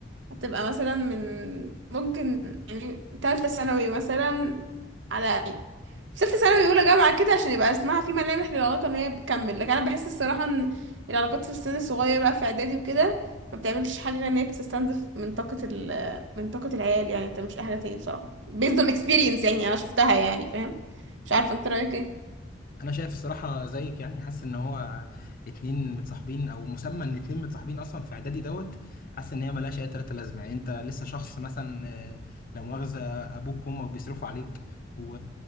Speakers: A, on the right; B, on the left.
A: هتبقى مثلا من ممكن يعني تالتة ثانوي مثلا على يعني في تالتة ثانوي أولى جامعة كده عشان يبقى اسمها في ملامح للعلاقة إن هي بتكمل لكن أنا بحس الصراحة إن العلاقات في السن الصغير بقى في إعدادي وكده ما بتعملش حاجة غير إن هي بتستنزف من طاقة ال من طاقة العيال يعني ما بتعملش أي حاجة تاني بصراحة based on experience يعني أنا شفتها يعني فاهم مش عارفة أنت رأيك إيه
B: انا شايف الصراحه زيك يعني حاسس ان هو اتنين متصاحبين او مسمى ان اتنين متصاحبين اصلا في اعدادي دوت حاسس ان هي ملهاش اي تلاته لازمه يعني انت لسه شخص مثلا آه، لا مؤاخذه ابوك وامك بيصرفوا عليك و...